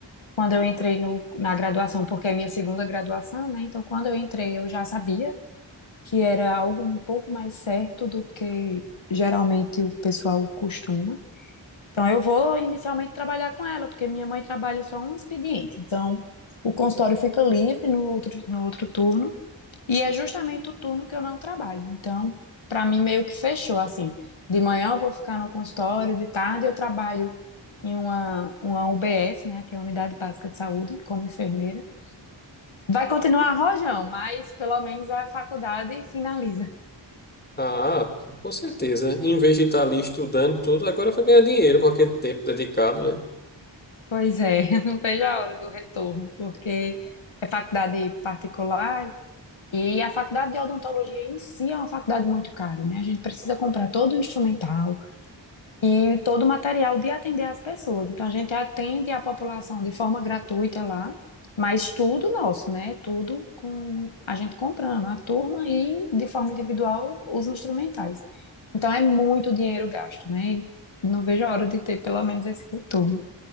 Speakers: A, on the left (about 80°); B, on the left (about 20°).
A: quando eu entrei no, na graduação, porque é minha segunda graduação, né? Então, quando eu entrei, eu já sabia que era algo um pouco mais certo do que geralmente o pessoal costuma. Então, eu vou inicialmente trabalhar com ela, porque minha mãe trabalha só um expediente. Então, o consultório fica livre no outro, no outro turno, e é justamente o turno que eu não trabalho. Então, para mim, meio que fechou assim. De manhã eu vou ficar no consultório, de tarde eu trabalho em uma, uma UBS, né, que é a Unidade Básica de Saúde, como enfermeira. Vai continuar rojão, mas pelo menos a faculdade finaliza.
B: Ah, com certeza. Em vez de estar ali estudando tudo, agora vai ganhar dinheiro com aquele tempo dedicado, né?
A: Pois é, <laughs> não vejo a hora do retorno, porque é faculdade particular e a faculdade de odontologia em si é uma faculdade muito cara, né? A gente precisa comprar todo o instrumental, e todo o material de atender as pessoas. Então, a gente atende a população de forma gratuita lá, mas tudo nosso, né? Tudo com a gente comprando, a turma e, de forma individual, os instrumentais. Então, é muito dinheiro gasto, né? E não vejo a hora de ter pelo menos esse retorno.